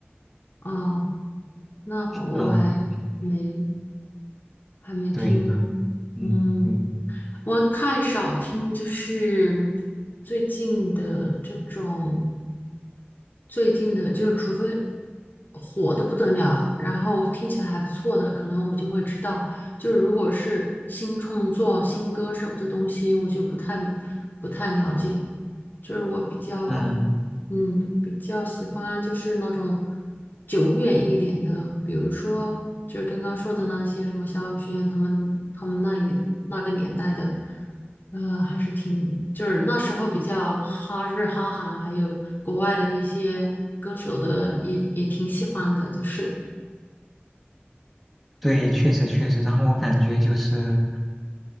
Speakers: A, on the left; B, in the centre.
A: 哦那好我还没
B: 嗯，
A: 还没听呢，
B: 对，嗯对，
A: 嗯，我太少听，就是最近的这种，最近的就除非火的不得了，然后听起来还不错的，可能我就会知道。就是如果是新创作、新歌手的东西，我就不太明不太了解。就是我比较，
B: 嗯
A: 嗯，比较喜欢就是那种久远一点的，比如说就是刚刚说的那些什么萧亚轩他们他们那一那个年代的，呃，还是挺就是那时候比较哈日哈韩，还有国外的一些歌手的也也挺喜欢的，就是
B: 对，确实确实。然后我感觉就是。